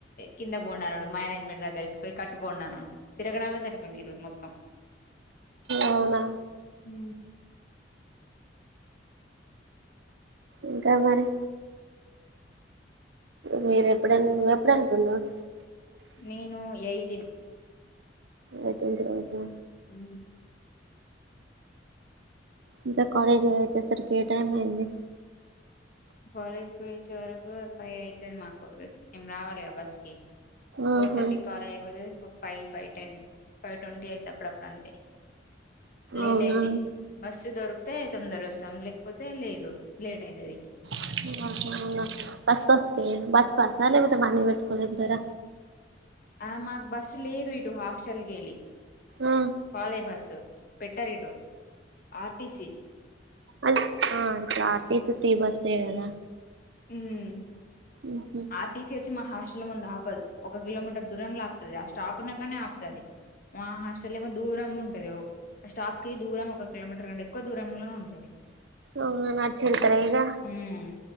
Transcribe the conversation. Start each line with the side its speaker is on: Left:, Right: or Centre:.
Left: కింద పోన్నాడు మేనేజ్మెంట్ దగ్గరికి పోయి కట్టుకున్నాను తిరగడమే సరిప్ మొత్తం
Right: అవునా
Left: ఉ
Right: ఇంకా మరి మీరు ఎప్పుడన ఎప్పుడు ఎళ్తున్నావు
Left: నేను ఏయి దిని
Right: ఎయిటీన్త్ రోజా
Left: ఉ
Right: ఇంకా కాలేజ్ అయి వచ్చేసరికి ఏ టైం అయింది
Left: కాలేజ్కి వచ్చే వరకు ఫైవ్ అయితది మాకు మేము రావాలిగా బస్ కి ఫోర్
Right: ఆహా
Left: థర్టీ కాలేజ్ అయిపోతే ఫ five five ten five twenty అయితే అప్పుడు అప్పుడు అంతే లేట్
Right: అవునా
Left: అయిది
Right: అవునా
Left: బస్సు దొరికితే తొందర వస్తాం లేకపోతే లేదు లేట్ అయితది
Right: <inaudible> బస్సు వస్తే బస్ పాస లేకపోతే మనీ పెట్టుకుంటర
Left: ఆ మాకు బస్సు లేదు ఇటు హాస్టల్ కి వెళ్ళి
Right: ఆ
Left: కాలేజ్ బస్సు పెట్టారిటు ఆర్టీసి
Right: అన్ అ ఆర్టీసి సీ బస్సే కదా
Left: ఉమ్
Right: ఉహు
Left: ఆర్టీసీ వచ్చి మా హాస్ ము ఆపదు ఒక కిలోమీటర్ దూరంలో ఆపుతుది ఆ స్టాపునగానే ఆపుతుది మా హాస్టల్ దూ దూరం ఉంటది స్టాప్ కి దూరం ఒక కిలోమీటర్ కంటే ఎక్కువ దూరంలోనే ఉంటది
Right: అవు న నా ఆచ్చరితార ఈగ
Left: ఉమ్